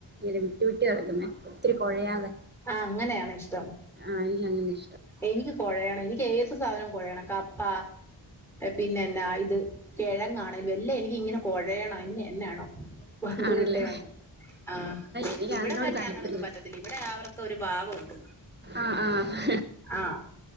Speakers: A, on the right; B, in the centre.
A: ഈ ര് വിട്ടു വിട്ടി കിടക്കുന്നേ ഒത്തിരി കുഴയാതെ
B: ആഹ് അങ്ങനെയാണ് ഇഷ്ടം
A: ആഹ് എനിക്കങ്ങനെ ഇഷ്
B: എനിക്ക് കൊഴയണം എനിക്ക് ഏത് സാധനവും കൊഴയണം കപ്പ പിന്നെ എന്നാ ഇത് കിഴങ്ങാണെലും വല്ല എനിക്ക് ഇങ്ങനെ കകൊഴയണ്ണം എന്ന എന്നാണോ പണ്ട്തൊട്ടെ
A: ആണല്ലേ
B: അങ്ങനെ ആ
A: എനിക്ക്
B: ഇവിടെ
A: അതിനോട്
B: പക്ഷെ
A: താല്പര്യമില്ല
B: അങ്ങനൊന്നും പറ്റത്തി റ്റതില്ല ഇവിടെ അവർക്ക് ഒരു ഭാഗമുണ്ട്
A: ആഹ് ആഹ്
B: ആഹ്